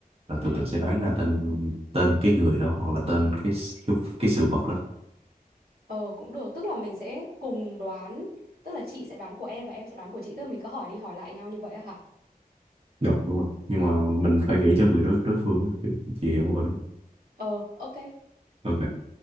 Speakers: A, on the right; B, on the right.
A: Rồi từ
B: ừ
A: từ sẽ đoán ra tên tên cái người đó hoặc là tên cái s- cái, cái sự vật đó.
B: Ờ cũng được, tức là mình sẽ cùng đoán, tức là chị sẽ đoán của em và em sẽ đoán của chị, tức là mình cứ hỏi đi hỏi lại nhau như vậy á hả?
A: Rồi, đúng không? Nhưng mà mình phải nghĩ cho người đối đối phương á. Chị hiểu rồi đúng không?
B: Ờ, ok.
A: Ok.